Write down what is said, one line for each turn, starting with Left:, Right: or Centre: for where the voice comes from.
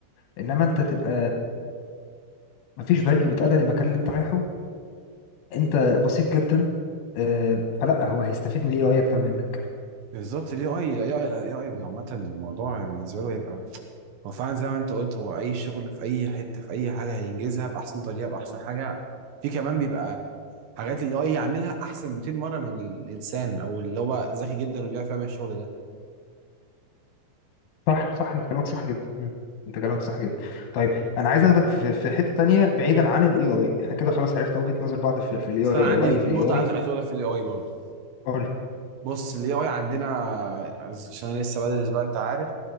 Left: انما انت تبقى مفيش فاليو بتأدى للمكان اللي انت رايحه انت بسيط جدا آه، فلا هو هيستفيد من الاي اي اكتر منك
Right: بالظبط الاي اي الاي اي الاي اي عامه الموضوع بالنسبه له هيبقى هو فعلا زي ما انت قلت هو اي شغل في اي حته في اي حاجه هينجزها باحسن طريقه باحسن حاجه في كمان بيبقى حاجات اللي اي يعملها احسن 200 مره من الانسان او اللي هو ذكي جدا وبيعرف يعمل الشغل ده
Left: صح صح انت كلامك صح جدا مم. انت كلامك صح جدا طيب انا عايز اخدك في في حته تانية بعيدا عن الاي اي احنا كده خلاص عرفنا وجهه نظر بعض في الاي
Right: بس انا
Left: اي
Right: عندي
Left: او رايي
Right: نقطه
Left: في الاي اي
Right: عايز عايز اقولها في الاي اي برضه
Left: قول
Right: بص الاي اي عندنا عشان انا لسه بدرس بقى انت عارف